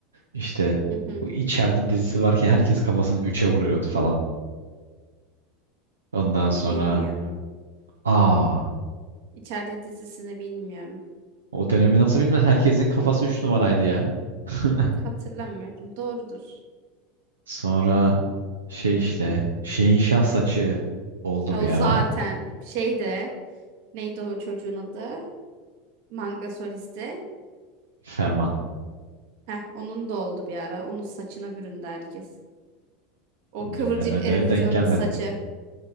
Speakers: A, on the right; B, on the right.
A: İşte
B: Hı hı.
A: bu içeride dizisi varken herkes kafasını üçe vuruyordu falan. Ondan sonra
B: Ama Bilmiyorum.
A: aa
B: İçeride dizisini bilmiyorum.
A: o dönemi nasıl bilmez herkesin kafası üç numaraydı ya. <laughs>
B: Hatırlamıyorum. Doğrudur.
A: Sonra şey işte şeyin şah saçı oldu
B: Ya
A: bir
B: O
A: ara.
B: zaten şeyde neydi o çocuğun adı? Manga solisti.
A: Ferman.
B: Heh, onun da oldu bir ara. Onun saçına büründü herkes. O
A: Ben
B: kıvırcık
A: öyle
B: Eurovision
A: denk gelmedim.
B: saçı.